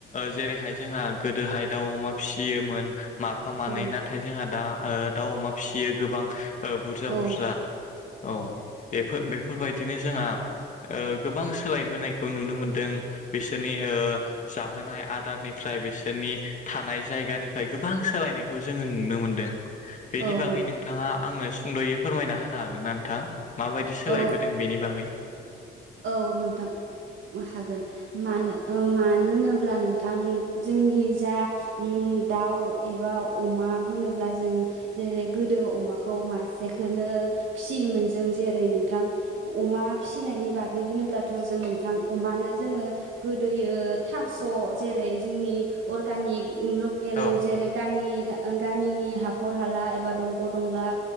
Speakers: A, on the left (about 40°); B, on the right (about 75°).
A: जेरैहाय जोंहा गोदोहाय दाउ अमा फिसियोमोन माफा मानै
B: औ
A: नाथाय जोंहा दा ओ दाउ अमा फिसियो गोबां ओ बुरजा
B: औ
A: बुरजा औ बेफोर बे फोरबायदिनो जोंहा ओ गोबां सोलायबोनायखौ नुनो मोनदों बिसोरनि ओ जाहोनाय आदारनिफ्राय बिसोरनि थानाय जायगानिफ्राय गोबां सोलायनायखौ जोङो नुनो मोनदों बेनि
B: औ
A: बागै नोंथाङा आंनो सुंद'यै फोरमायना होनो हागोन ना नोंथां? माबायदि सोलायबोदों
B: औ
A: बेनि बागै
B: औ नोंथां हागोन मानो होनो अब्ला नोंथां जोंनि जा उम दाउ एबा अमा होनोब्ला जों जेरै गोदो अमाखौ मासेखोनो फिसियोमोन जों जेरै नोंथां अमा फिसिनायनि बाग गै होनोब्ला थ' जों नोंथां अमानो जोङो गोदोयो था स' <unintelligible>
A: औ
B: ओ गामिनि हाखर हाला एबा दंग' दंला